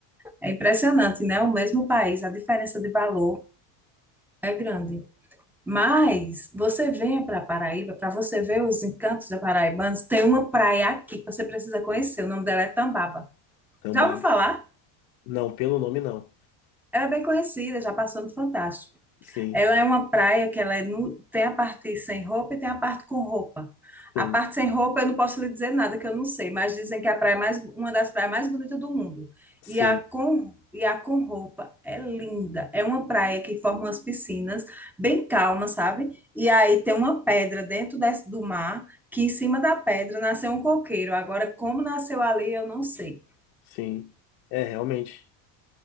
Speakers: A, in the centre; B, on the left.
A: É impressionante, né? O mesmo país, a diferença de valor é grande. Mas você vem para Paraíba, para você ver os encantos da Paraibanos, tem uma praia aqui que você precisa conhecer. O nome dela é Tambaba.
B: Tambá.
A: Já ouviu falar?
B: Não, pelo nome não.
A: Ela é bem conhecida, já passou no Fantástico.
B: Sim,
A: Ela é uma praia que ela é nu- tem a parte sem roupa e tem a parte com roupa.
B: sim,
A: A parte sem roupa eu não posso lhe dizer nada que eu não sei, mas dizem que é a praia mais uma das praias mais bonitas do mundo.
B: sim,
A: E a com e a com roupa é linda. É uma praia que forma umas piscinas bem calmas, sabe? E aí tem uma pedra dentro desse- do mar que em cima da pedra nasceu um coqueiro. Agora como nasceu ali eu não sei.
B: sim. É, realmente.